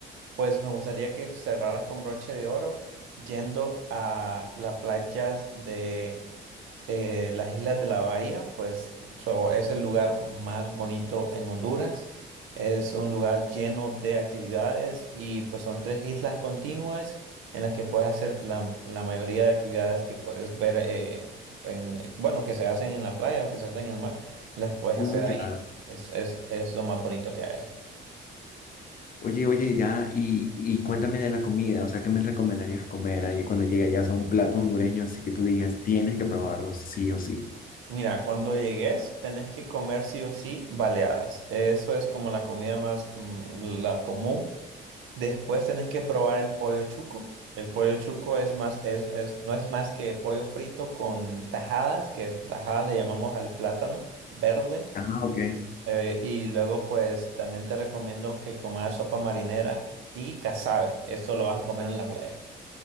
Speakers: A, on the right; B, on the left.
A: pues me gustaría que cerraras con broche de oro yendo a las playas de eh, las Islas de la Bahía, pues so- es el lugar más bonito en Honduras. Es un lugar lleno de actividades y pues son tres islas continuas en las que puedes hacer la, la mayoría de actividades que puedes ver, eh, en, bueno, que se hacen en la playa o que se hacen en el mar, las puedes
B: Mm,
A: hacer ahí.
B: claro.
A: Es, es, es lo más bonito que hay.
B: Oye, oye, ya, y, y cuéntame de la comida. O sea, ¿qué me recomendarías comer ahí cuando llegue ya a un plato hondureño? Así que tú digas, tienes que probarlo, sí o sí.
A: Mira, cuando llegues tenés que comer sí o sí baleadas. Eso es como la comida más, mm, la común. Después tenés que probar el pollo chuco. El pollo chuco es más, es, es- no es más que pollo frito con tajadas, que es, tajadas le llamamos al plátano verde.
B: Ah, ok.
A: eh, y luego pues también te recomiendo que comas sopa marinera y casabe. Esto lo vas a comer en la playa.